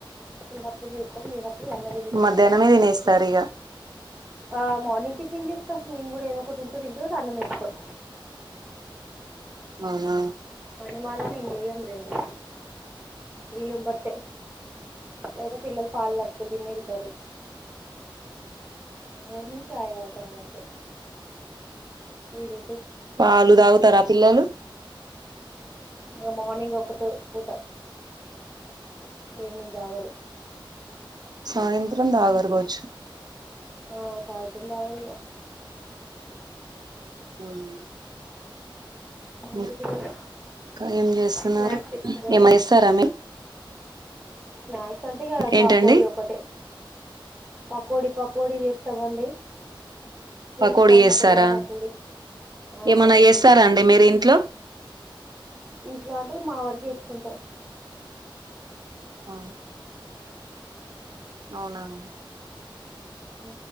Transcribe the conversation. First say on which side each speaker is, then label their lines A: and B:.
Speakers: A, on the right; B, on the right.
A: ఉన్నపుడు చేస్తాము లేనప్పుడు అన్నమే తినిపించి
B: మధ్యాహ్నమే
A: పంపించేస్తాం
B: తినేస్తారు ఇగ
A: ఆ మార్నింగ్ టిఫెన్ చేస్తాం మేము కూడా ఏదో ఒకటి ఉంటే తింటాం లేక అన్నమే తింటాం
B: అవునా
A: పనిమాల నేను చేయను లేండి వీలును బట్టే లేదా పిల్లలు పాలు కట్టుకునిని బిన్నా వెళ్తారు మేము కూడా చాయ తాగుతాం అంతే మీరు
B: పాలు తాగుతారా పిల్లలు
A: ఆ మార్నింగ్ ఒక్కటే పూట ఈవినింగ్ తాగారు
B: సాయంత్రం దాగరు కావచ్చు
A: ఆ సాయంత్రం తాగరు ఇక
B: హ్మ్మ్ ఇంకా
A: మీ పిల్లలు
B: ఏం చేస్తున్నారు
A: స్నాక్స్ చేస్తారా
B: ఏమన్నా చేస్తారా మీరు
A: స్నాక్స్ అంటే ఇకా పకోడీ
B: ఏంటండి
A: ఒక్కటే పకోడి పకోడి చేస్తామండి స్వీట్
B: పకోడి
A: కార్న్
B: చేస్తారా
A: మొక్కజొన్న కంకులతో చేస్తాం
B: ఏమన్నా చేస్తారా
A: చేస్తాం
B: అండి ఇంట్లో
A: ఇంట్లో అయితే మా వారికి చేసుకుంటాం
B: ఆ అవునా
A: ఉ